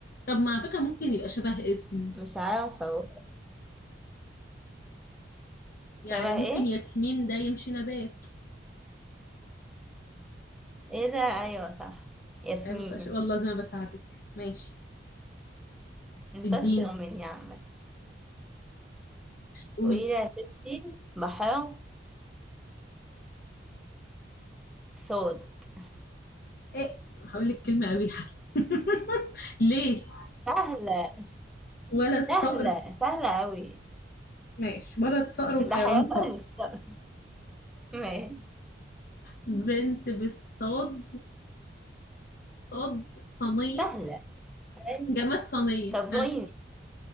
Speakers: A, on the left; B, in the centre.
A: طب ما على فكرة ممكن يبقى شبه اسم
B: مش عارفة اهو
A: يعني
B: شبه
A: ممكن
B: ايه
A: ياسمين ده يمشي نبات
B: ايه ده ايوه صح ياسمين
A: عيب يبقى ش... والله زي ما بساعدك ماشي
B: انت
A: اديني
B: اشطر مني يا عمك
A: قولي
B: قولي لي يا ستي بحر الصوت
A: ايه هقول لك كلمة قبيحة <laughs> ليه
B: سهلة
A: ولد
B: سهلة
A: صقر
B: سهلة أوي
A: ماشي ولد صقر
B: <laughs>
A: وحيوان
B: ده حيوان
A: صقر
B: مستوى ماشي
A: بنت بالصاد صاد صينية
B: سهلة أي،
A: جماد صينية
B: صبريني
A: ها